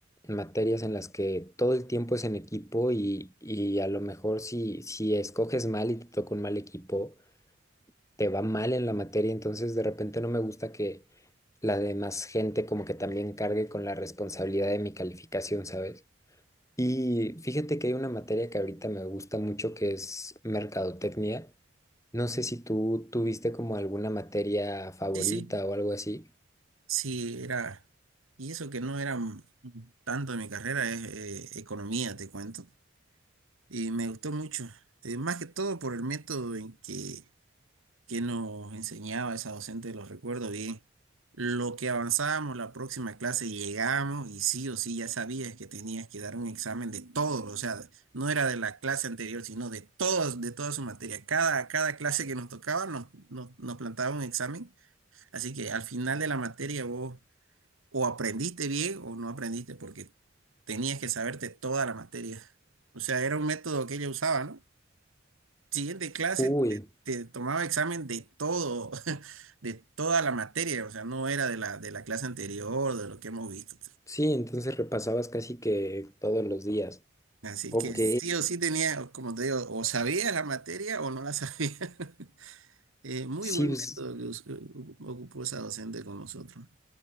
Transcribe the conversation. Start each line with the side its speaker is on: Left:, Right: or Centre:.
Left: materias en las que todo el tiempo es en equipo y, y a lo mejor si, si escoges mal y te toca un mal equipo te va mal en la materia, entonces de repente no me gusta que la demás gente como que también cargue con la responsabilidad de mi calificación, ¿sabes? Y fíjate que hay una materia que ahorita me gusta mucho que es mercadotecnia. No sé si tú tuviste como alguna materia favorita
Right: sí, sí.
Left: o algo así.
Right: Sí, era, y eso que no era m- tanto de mi carrera, es eh, economía, te cuento. Y me gustó mucho, eh, más que todo por el método en que, que nos enseñaba esa docente, lo recuerdo bien. Lo que avanzábamos, la próxima clase llegamos y sí o sí ya sabías que tenías que dar un examen de todo, o sea, no era de la clase anterior, sino de todas, de toda su materia. Cada, cada clase que nos tocaba nos, nos, nos plantaba un examen, así que al final de la materia vos o aprendiste bien o no aprendiste porque tenías que saberte toda la materia. O sea, era un método que ella usaba, ¿no? Siguiente clase
Left: Uy,
Right: te, te tomaba examen de todo, <laughs> de toda la materia, o sea, no era de la, de la clase anterior, de lo que hemos visto.
Left: sí, entonces repasabas casi que todos los días.
Right: Así
Left: Ok,
Right: que sí o sí tenía, como te digo, o sabías la materia o no la sabías. <laughs> Eh, muy
Left: sí,
Right: buen
Left: pues,
Right: método que us- u- ocupó esa docente con nosotros.